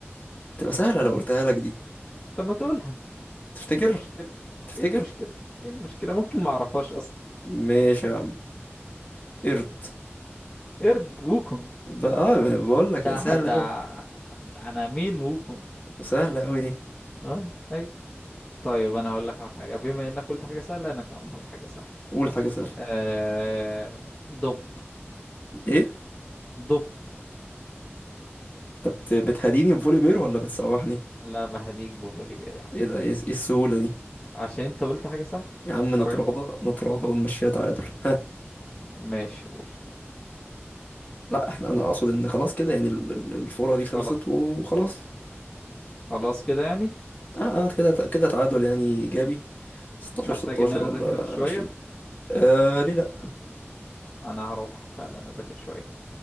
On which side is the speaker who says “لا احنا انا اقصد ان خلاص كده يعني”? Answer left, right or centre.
Left